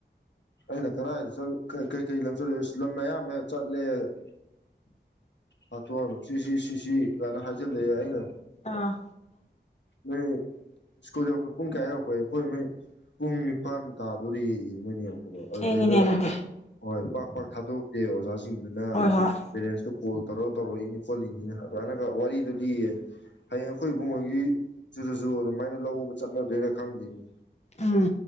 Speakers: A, on the left (about 70°); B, on the left (about 35°).
A: ꯍꯅ ꯀꯗꯥꯥꯏꯗꯠꯂ ꯀꯩꯀꯩ ꯂꯝ ꯆꯠꯂꯨꯦ ꯂꯝ ꯑꯌꯥꯝꯕ ꯆꯠꯂꯦ ꯍꯥꯇꯣꯟꯅ ꯁꯤꯁꯤ ꯁꯤꯁꯤ ꯀꯥꯏꯅ ꯍꯥꯏꯖꯤꯜꯂꯛꯑꯦ ꯑꯩꯅ
B: ꯑꯥ
A: ꯅꯣꯏ ꯁ꯭ꯀꯨꯜ ꯌꯧꯔꯛꯄ ꯄꯨꯡ ꯀꯌꯥ ꯌꯧꯔꯛꯄꯦ ꯄꯣꯏ ꯅꯣꯏ ꯄꯨꯡ ꯅꯤꯄꯥꯟ ꯇꯥꯗꯣꯔꯤ ꯃꯣꯏꯅ ꯌꯧꯔꯛꯄꯗꯣ ꯑꯗꯨꯗꯩꯗ
B: ꯊꯦꯡꯉꯤꯅꯦ ꯑꯗꯨꯗꯤ
A: ꯍꯣꯏ ꯄꯥꯛ ꯄꯥꯛ ꯊꯥꯗꯣꯛꯇꯦ ꯑꯣꯖꯥꯅ ꯁꯤꯡꯗꯨꯅ
B: ꯍꯣꯏ ꯍꯣꯏ
A: ꯄꯦꯔꯦꯟꯇ ꯀꯣꯜ ꯇꯧꯔꯒ ꯇꯧꯔꯛꯏꯅꯤ ꯈꯣꯠꯂꯤꯅꯤꯅ ꯑꯗꯨꯃꯥꯏꯅ ꯈꯔ ꯋꯥꯔꯤꯗꯨꯗꯤꯌꯦ ꯍꯌꯦꯡ ꯑꯩꯈꯣꯏ ꯏꯕꯨꯡꯉꯣꯏꯒꯤꯁꯤꯗꯁꯨ ꯑꯗꯨꯃꯥꯏꯅ ꯂ ꯎꯕ ꯆꯠꯅꯗꯣꯏꯔꯥ ꯈꯪꯗꯣꯏꯅꯤ
B: ꯎꯝ